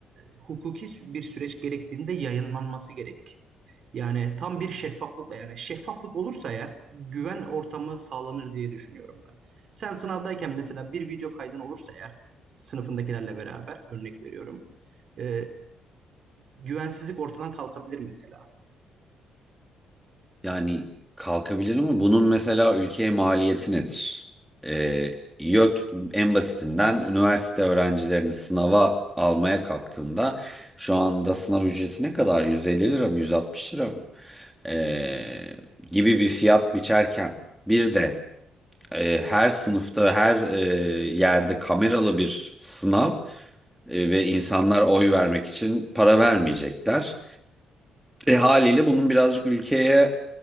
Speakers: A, on the right; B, in the centre.
A: hukuki bir süreç gerektiğinde yayınlanması gerekir. Yani tam bir şeffaflıkla yani şeffaflık olursa eğer güven ortamı sağlanır diye düşünüyorum ben. Sen sınavdayken mesela bir video kaydın olursa eğer sınıfındakilerle beraber örnek veriyorum. e, güvensizlik ortadan kalkabilir mesela.
B: Yani kalkabilir ama bunun mesela ülkeye maliyeti nedir? Ee, yok en basitinden üniversite öğrencilerini sınava almaya kalktığında şu anda sınav ücreti ne kadar? 150 lira mı 160 lira mı? Ee, gibi bir fiyat biçerken bir de e, her sınıfta her e, yerde kameralı bir sınav e, ve insanlar oy vermek için para vermeyecekler. E haliyle bunun birazcık ülkeye